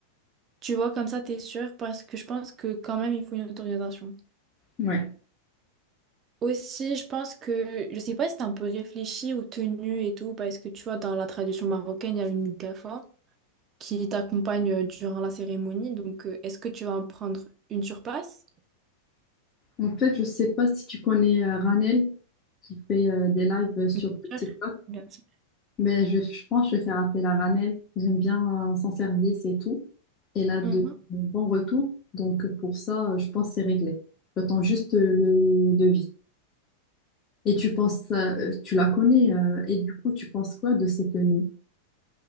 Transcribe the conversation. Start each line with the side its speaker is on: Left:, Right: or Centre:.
Right: Tu vois, comme ça, t'es sûr, parce que je pense que quand même, il faut une autorisation.
Left: Ouais.
Right: Aussi, je pense que, je sais pas si t'as un peu réfléchi aux tenues et tout, parce que tu vois, dans la tradition marocaine, il y a une gafa qui t'accompagne euh, durant la cérémonie. Donc, euh, est-ce que tu vas en prendre une sur place?
Left: En fait, je sais pas si tu connais euh, Ranel qui fait euh, des lives euh, sur
Right: Bien sûr,
Left: TikTok,
Right: bien sûr.
Left: mais je, je pense que je vais faire appel à Ranel. J'aime bien euh, son service et tout. Elle a de,
Right: Mhm.
Left: de bons retours. Donc pour ça, euh, je pense que c'est réglé. J'attends juste euh, le devis. Et tu penses, euh, tu la connais, euh, et du coup, tu penses quoi de cette tenue?